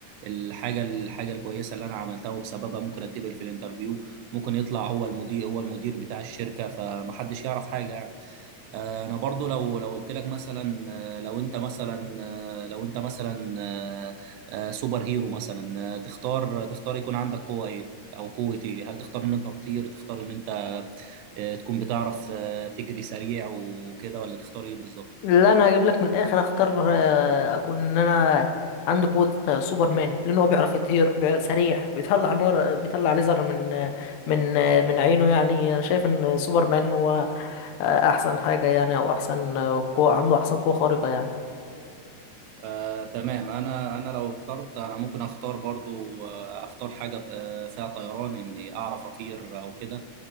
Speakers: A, on the right; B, on the left.
A: الحاجه الحاجه الكويسه اللي انا عملتها وبسببها ممكن اتقبل في الانترفيو ممكن يطلع هو المدير هو المدير بتاع الشركه فمحدش يعرف حاجه يعني. آه، انا برضو لو لو قلت لك مثلا آه، لو انت مثلا آه، لو انت مثلا آه، آه، سوبر هيرو مثلا آه، تختار تختار يكون عندك قوة ايه او قوة ايه هل تختار ان انت تطير تختار ان انت آه، تكون بتعرف آه، تجري سريع وكده ولا تختار ايه بالظبط
B: لا انا هجيب لك من الاخر اختار آه، اكون ان انا عندي قوه آه، سوبرمان لان هو بيعرف يطير بي- سريع بيطلع نار بيطلع ليزر من آه، من آه، من عينه يعني انا شايف ان سوبرمان هو آه، احسن حاجه يعني او احسن آه، قوه عنده احسن قوه خارقه يعني
A: آه، تمام انا انا لو اخترت انا ممكن اختار برضو آه، اختار حاجه آه، فيها طيران اني اعرف اطير او كده